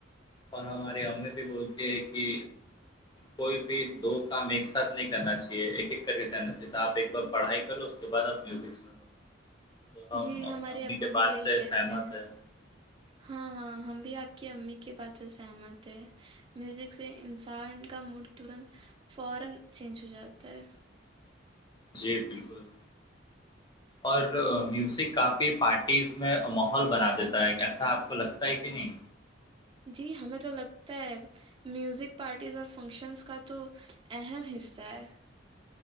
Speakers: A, on the left; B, on the right.
A: اور ہماری ہمیں بھی بولتی ہے کہ کوئی بھی دو کام ایک ساتھ نہیں کرنا چاہیے ایک ایک کر کے کرنا چاہیے تو آپ ایک بار پڑھائی کرو اس کے بعد آپ میوزک سنو تو ہم
B: جی ہمارے
A: اپنی امی
B: ابو
A: کے
B: بھی
A: بعد
B: یہی
A: سے
B: کہتے
A: سہمت ہیں
B: ہاں ہاں ہم بھی آپ کی امی کے بات سے سہمت ہیں میوزک سے انسان کا موڈ ترنت فورن چینج ہو جاتا ہے
A: جی بالکل اور میوزک کافی پارٹیز میں ماحول بنا دیتا ہے کیسا آپ کو لگتا ہے کہ نہیں
B: جی ہمیں تو لگتا ہے میوزک پارٹیز اور فنکشنز کا تو اہم حصہ ہے